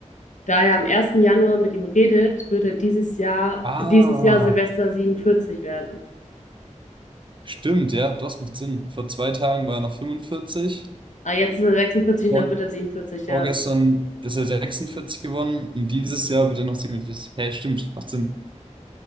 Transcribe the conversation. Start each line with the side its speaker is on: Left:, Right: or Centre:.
Left: Da er am ersten Januar mit ihm redet, wird er dieses Jahr,
Right: Ah,
Left: dieses Jahr Silvester 47 werden.
Right: Stimmt, ja, das macht Sinn. Vor zwei Tagen war er noch fünfundvierzig
Left: Ah, jetzt ist er 46 und
Right: vor,
Left: dann wird er 47,
Right: vorgestern
Left: ja.
Right: ist er 46 gewonnen und dieses Jahr wird er noch siebenundvierzig Hey, stimmt, macht Sinn.